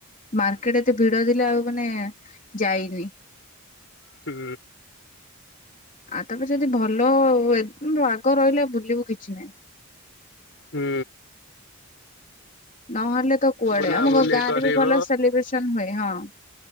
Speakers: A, on the left; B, on the left.
A: ମାର୍କେଟ ଏତେ ଭିଡ ଥିଲେ ଆଉ ମାନେ ଯାଇନି।
B: ହୁଁ।
A: ଆଉ ତାପ ଯଦି ଭଲ ୱେ ପାଗ ରହିଲେ ବୁଲିବୁ କିଛି ନାହିଁ।
B: ହୁଁ।
A: ନହେଲେ ତ କୁଆଡେ
B: ବୁଲାବୁଲି
A: ଆମ ଗାଁରେ
B: କରିବ
A: ବି ଭଲ ସେଲିବ୍ରେସନ ହୁଏ। ହଁ।